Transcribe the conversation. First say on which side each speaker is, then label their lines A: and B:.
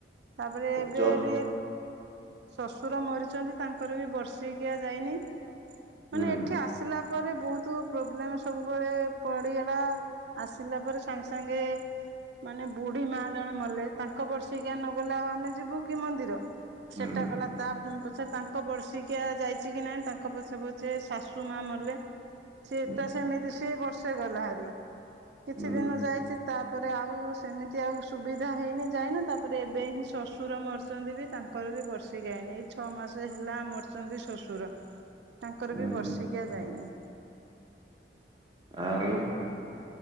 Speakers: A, on the right (about 70°); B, on the right (about 25°).
A: ତାପରେ ଏବେ
B: ଜବ୍
A: ବି ଶଶୁର ମରିଛନ୍ତି ତାଙ୍କର ବି ବର୍ଷିକିଆ ଯାଇନି।
B: ହୁଁ
A: ମାନେ ଏଠି ଆସିଲା ତା ପରେ ବହୁତ ପ୍ରୋବ୍ଲେମ୍ ସବୁବେଳେ ପଡ଼ିଗଲା ଆସିଲା ପରେ ସାଙ୍ଗେ ସାଙ୍ଗେ ମାନେ ବୁଢୀ ମା ଜଣେ ମଲେ ତାଙ୍କ ବର୍ଷିକିଆ ନ ଗଲେ ଆଉ ଆମେ ଯିବୁ କି ମନ୍ଦିର
B: ହୁଁ
A: ସେଟା ଗଲା ତା ପଛେ ତାଙ୍କ ବର୍ଷିକିଆ ଯାଇଛି କି ନାଇଁ ତାଙ୍କ ପଛେ ପଛେ ଶାଶୁ ମା ମଲେ ସେଏଟା
B: ହୁଁ
A: ସେମିତି ସିଏ ବର୍ଷେ ଗଲା ହାରିି କିଛି
B: ହୁଁ
A: ଦିନ ଯାଇଛି ତା ତା ପରେ ଆଉ ସେମିତି ଆଉ ସୁବିଧା ହେଇନି ଯାଇନୁ ତାପରେ ଏବେ ହିଁ ଶଶୁର ମରିଛନ୍ତି ବି ତାଙ୍କର ବର୍ଷି ଗାଏନି ଏଇ ଛଅ ମାସ ହେଲା ମରିଛନ୍ତି ଶଶୁର। ତାଙ୍କର
B: ହୁଁ
A: ବି ବର୍ଷିକିଆ
B: ହୁଁ
A: ଯାଇନି।
B: ଆଉ।